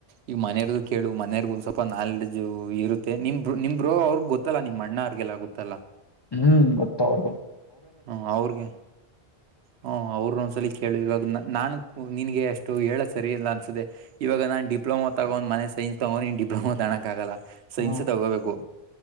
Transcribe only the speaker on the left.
ಹ್ಮ್ ಗೊತ್ತ ಅವರ್ಗು
ಹ್ಮ